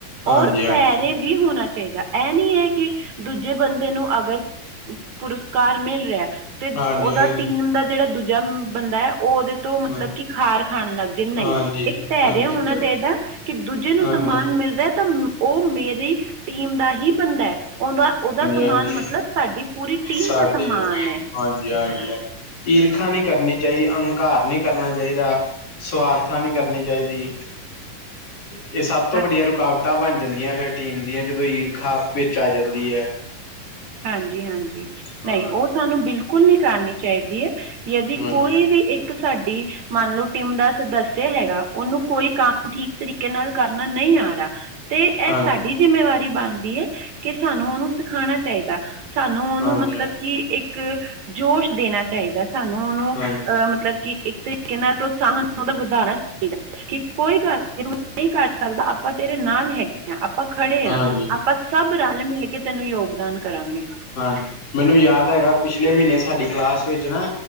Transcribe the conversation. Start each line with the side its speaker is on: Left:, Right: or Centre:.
Left: ਹਾਂਜੀ
Right: ਔਰ ਪੈਰੇ
Left: ਹਾਂਜੀ
Right: ਵੀ ਹੋਣਾ ਚਾਹੀਦਾ ਐ ਨੀ ਹੈ ਕਿ ਦੂਜੇ ਬੰਦੇ ਨੂੰ ਅਗਰ ਪੁਰਸਕਾਰ ਮਿਲ ਰਿਹਾ ਤੇ
Left: ਹਾਂਜੀ
Right: ਓਹਦਾ
Left: ਹਾਂਜੀ
Right: ਟੀਮ ਦਾ ਜਿਹੜਾ ਦੂਜਾ ਬੰਦਾ ਹੈ ਓਹ ਓਹਦੇ ਤੋਂ ਮਤਲਬ
Left: ਹਾਂ
Right: ਕਿ ਖਾਰ ਖਾਣ ਲੱਗ ਜਏ <unintelligible> ਨਹੀਂ
Left: ਹਾਂਜੀ
Right: ਇੱਕ ਪੈਰਿਐ
Left: ਹਾਂਜੀ
Right: ਹੋਣਾ
Left: ਹਾਂਜੀ
Right: ਚਾਹੀਦਾ ਕਿ ਦੂਜੇ ਨੂੰ
Left: ਹਾਂਜੀ
Right: ਸਮਾਨ ਮਿਲਦਾ ਤਾਂ ਮ ਓਹ ਮੇਰੇ ਟੀਮ ਦਾ ਹੀ ਬੰਦਾ ਹੈ ਓਹਦਾ ਓਹਦਾ ਸਮਾਨ
Left: ਹਾਂਜੀ
Right: ਮਤਲਬ ਸਾਡੀ ਪੂਰੀ ਟੀਮ
Left: ਸਾਡੇ
Right: ਦਾ ਸਮਾਨ ਐ
Left: ਹਾਂਜੀ <unintelligible> ਈਰਖਾ ਨਹੀਂ ਕਰਨੀ ਚਾਹੀ ਅਹੰਕਾਰ ਨੀ ਕਰਨਾ ਚਾਹੀਦਾ ਸਵਾਰਥਾ ਨੀ ਕਰਨੀ ਚਾਹੀਦੀ ਇਹ ਸਭ ਤੋਂ
Right: ਹਾਂ
Left: ਵੱਡੀਆਂ ਰੁਕਾਵਟਾਂ ਬਣ ਜਾਂਦੀਆਂ ਫੇਰ ਟੀਮ ਦੀਆਂ ਜਦੋਂ ਈਰਖਾ ਆਪੇ ਵਿੱਚ ਆ ਜਾਂਦੀ ਐ
Right: ਹਾਂਜੀ ਹਾਂਜੀ
Left: ਹਾਂਜੀ,
Right: ਨਹੀਂ ਓਹ ਸਾਨੂੰ ਬਿਲਕੁਲ ਨਹੀਂ ਕਰਨੀ ਚਾਹੀਦੀ ਐ ਯਦਿ
Left: ਹਾਂਜੀ,
Right: ਕੋਈ
Left: ਹਾਂਜੀ,
Right: ਵੀ ਇੱਕ ਸਾਡੀ ਮੰਨ ਲੋ ਟੀਮ ਦਾ ਸਦੱਸਯ ਹੈਗਾ ਓਹਨੂੰ ਕੋਈ ਕੰਮ ਠੀਕ ਤਰੀਕੇ ਨਾਲ ਕਰਨਾ ਨਹੀਂ ਆ ਰਾ ਤੇ ਐਹ
Left: ਹਾਂਜੀ,
Right: ਸਾਡੀ ਜਿੰਮੇਵਾਰੀ ਬਾਣਦੀ ਹੈ ਕਿ ਸਾਨੂੰ ਓਹਨੂੰ ਸਿਖਾਣਾ ਚਾਹੀਦਾ ਸਾਨੂੰ ਓਹਨੂੰ
Left: ਹਾਂਜੀ,
Right: ਮਤਲਬ ਕਿ ਇੱਕ ਜੋਸ਼ ਦੇਣਾ ਚਾਹੀਦਾ ਸਾਨੂੰ ਓਹਨੂੰ
Left: ਹਾਂਜੀ।
Right: ਅਹ ਮਤਲਬ ਕਿ ਇੱਕ ਤਰੀਕੇ ਨਾਲ ਪ੍ਰੋਤਸਾਹਨ ਓਹਦਾ ਵਧਾਣਾ ਠੀ ਕਿ ਕੋਈ ਗੱਲ ਨੀਨੀ ਕਰ ਸਕਦਾ ਆਪਾਂ ਤੇਰੇ ਨਾਲ ਹੈ ਆਪਾਂ ਖੜ੍ਹੇ ਆਂ
Left: ਹਾਂਜੀ,
Right: ਆਪਾਂ ਸਭ ਰਲ-ਮਿਲ ਕੇ ਤੈਨੂੰ ਯੋਗਦਾਨ ਕਰਾਂਗੇ
Left: ਹਾਂ ਨੂੰ ਯਾਦ ਹੈਗਾ ਪਿਛਲੇ ਮਹੀਨੇ ਸਾਡੀ ਕਲਾਸ ਵਿੱਚ ਨਾ